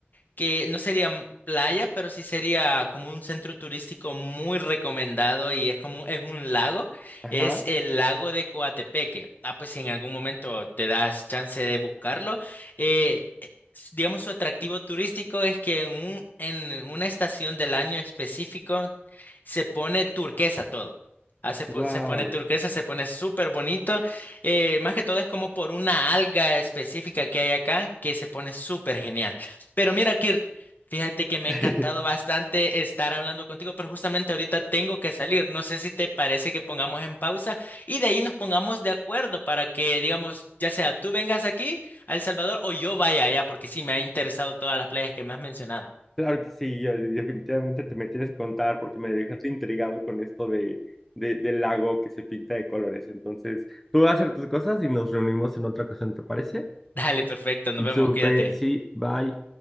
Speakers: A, on the left (about 50°); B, in the centre.
A: que no sería m- playa, pero sí sería como un centro turístico muy recomendado y es como es un lago.
B: Ajá.
A: Es el lago de Coatepeque. Ah, pues si en algún momento te das chance de buscarlo. eh, eh, s- digamos, su atractivo turístico es que en un- en una estación del año específico se pone turquesa todo. Ah, se,
B: Wow.
A: po- se pone turquesa, se pone súper bonito. eh, más que todo es como por una alga específica que hay acá que se pone súper genial. Pero mira, Kirt, Fíjate que me
B: <laughs>
A: ha encantado bastante estar hablando contigo, pero justamente ahorita tengo que salir. No sé si te parece que pongamos en pausa y de ahí nos pongamos de acuerdo para que, digamos, ya sea tú vengas aquí a El Salvador o yo vaya allá, porque sí me ha interesado todas las playas que me has mencionado. <laughs>
B: Claro que sí, yo- yo definitivamente te me tienes que contar porque me dejaste intrigado con esto de, de- del lago que se pinta de colores. Entonces, tú vas a hacer tus cosas y nos reunimos en otra ocasión, ¿te parece?
A: Dale, perfecto, nos vemos,
B: Supe,
A: cuídate.
B: sí, bye.